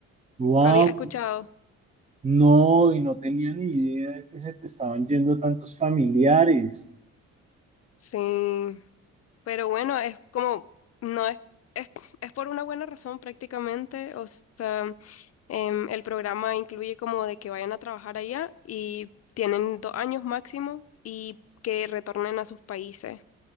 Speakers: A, on the right; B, on the left.
A: Wow,
B: Había escuchado,
A: no, y no tenía ni idea de que se te estaban yendo tantos familiares.
B: sí, pero bueno, es como, no es, es, es por una buena razón prácticamente, o sea... Em, el programa incluye como de que vayan a trabajar allá y tienen dos años máximo y que retornen a sus países.